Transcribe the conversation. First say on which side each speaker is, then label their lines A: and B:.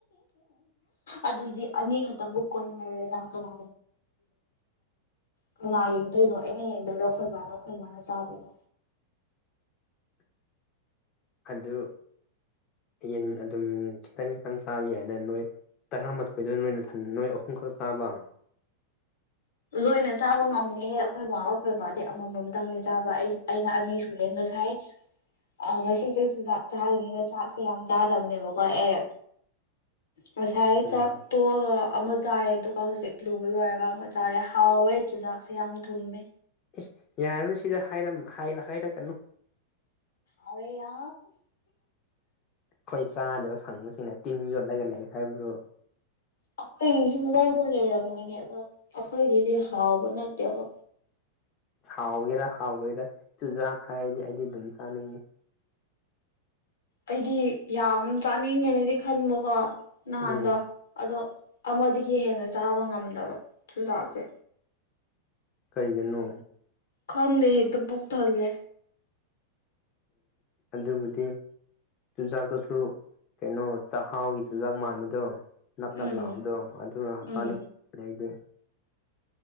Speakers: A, on the left; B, on the left.
A: ꯑꯗꯨꯗꯤ ꯑꯅꯤ ꯈꯛꯇ ꯕꯨꯛ ꯀꯣꯟꯅꯔꯦꯅꯥ ꯀꯅꯥ ꯀꯅꯥ ꯌꯦꯡꯗꯣꯏꯅꯣ ꯑꯩꯅ ꯌꯦꯡꯗꯣꯏꯔꯣ ꯑꯩꯈꯣꯏ ꯕꯥꯅ ꯑꯩꯈꯣꯏꯕꯥꯅ ꯆꯥꯕꯔꯣ
B: ꯑꯗꯨ ꯌꯦꯟ ꯑꯗꯨꯝ ꯈꯤꯇꯪ ꯈꯤꯇꯪ ꯆꯥꯕ ꯌꯥꯏꯅ ꯅꯣꯏ ꯇꯔꯥꯃꯥꯊꯣꯏꯗ ꯅꯣꯏꯅ ꯊ ꯅꯣꯏ ꯑꯍꯨꯝꯈꯛ ꯆꯥꯕ
A: ꯂꯣꯏꯅ ꯆꯥꯕ ꯉꯝꯗꯦꯍꯦ ꯑꯩꯈꯣꯏ ꯕꯥꯒ ꯑꯩꯈꯣꯏ ꯕꯥꯗꯤ ꯑꯃꯃꯝꯇꯪꯅꯦ ꯆꯥꯕ ꯑꯩ ꯑꯩꯅ ꯑꯅꯤ ꯁꯨꯔꯦ ꯍꯥꯏꯥꯏ ꯑ ꯉꯁꯤꯁꯨ ꯆꯨꯖꯥꯛ ꯆꯥꯕꯅꯤꯅ ꯆꯥꯛꯁꯦ ꯌꯥꯝ ꯆꯥꯗꯕꯅꯦꯕꯀꯣ ꯑꯦ ꯉꯁꯥꯏ
B: ꯎꯝ
A: ꯆꯥꯛ ꯇꯣꯛꯑꯒ ꯑꯃ ꯆꯥꯔꯦ ꯑꯗꯨꯒ ꯍꯧꯖꯤꯛ ꯂꯨꯕ ꯂꯣꯏꯔꯒ ꯑꯃ ꯆꯥꯔꯦ ꯍꯥꯎꯋꯦ ꯆꯨꯖꯥꯛꯁꯦ ꯌꯥꯝ ꯊꯨꯝꯃꯦ
B: ꯑꯦꯁ ꯌꯥꯔꯅꯨ ꯁꯤꯗ ꯍꯥꯏꯔꯛꯀꯅꯨ
A: ꯑ ꯌꯥ
B: ꯑꯩꯈꯣꯏ ꯆꯥꯗꯕ ꯐꯪꯕꯁꯤꯡꯅ ꯇꯤꯟ ꯌꯣꯠꯂꯒ ꯂꯩ ꯍꯥꯏꯕ꯭ꯔꯣ
A: ꯑꯩꯈꯣꯏꯒꯤꯁꯨ ꯂꯧꯅ ꯂꯩꯔꯝꯒꯅꯤ ꯑꯗꯣ ꯑꯩꯈꯣꯏꯒꯤꯗꯤ ꯍꯥꯎꯕ ꯅꯠꯇꯦꯕ
B: ꯍꯥꯎꯒꯦꯔꯥ ꯍꯥꯎꯔꯣꯏꯗꯔꯥ ꯆꯨꯖꯥꯛ ꯍꯥꯏꯔꯗꯤ ꯑꯩꯗꯤ ꯑꯗꯨꯝ ꯆꯥꯅꯤꯡꯏꯤ
A: ꯑꯩꯗꯤ ꯌꯥꯝ ꯆꯥꯅꯤꯡꯉꯦꯅꯗꯤ ꯈꯟꯕꯀꯣ ꯅꯍꯥꯟꯗꯣ
B: ꯎꯝ
A: ꯑꯗꯣ ꯑꯃꯗꯒꯤ ꯍꯦꯟꯅ ꯆꯥꯕ ꯉꯝꯗꯕ ꯆꯨꯖꯥꯛꯁꯦ
B: ꯀꯩꯒꯤꯅꯣ
A: ꯈꯝꯗꯦ ꯍꯦꯛꯇꯣ ꯄꯨꯕꯨꯛ ꯊꯔꯅꯦ
B: ꯑꯗꯨꯕꯨꯗꯤ ꯆꯨꯖꯥꯛꯇꯨꯁꯨ ꯀꯩꯅꯣ ꯆꯥꯛꯍꯥꯎꯒꯤ ꯆꯨꯖꯥꯛ ꯃꯥꯟꯕꯗꯣ ꯅꯞ ꯅꯞ
A: ꯎꯝ
B: ꯂꯥꯛꯕꯗꯣ ꯑꯗꯨꯅꯁꯥꯅꯤꯡ
A: ꯎꯝ
B: ꯑꯩꯗꯤ